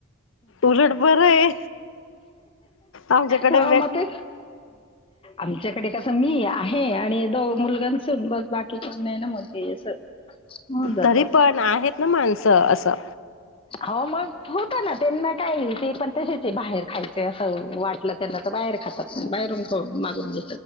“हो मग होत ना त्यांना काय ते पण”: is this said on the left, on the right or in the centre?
Left